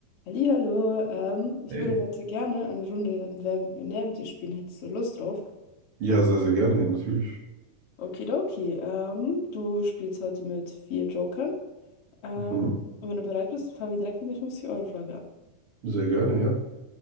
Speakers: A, on the left; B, on the right.
A: Hallihallo, ähm, ich
B: Hey.
A: würde heute gerne eine Runde Wer wird Millionär mit dir spielen. Hättest du Lust drauf?
B: Ja, sehr, sehr gerne, ja, natürlich.
A: Okidoki, ähm, du spielst heute mit vier Jokern. Ähm,
B: Mhm.
A: und wenn du bereit bist, fangen wir direkt mit der 50-Euro-Frage an.
B: Sehr gerne, ja.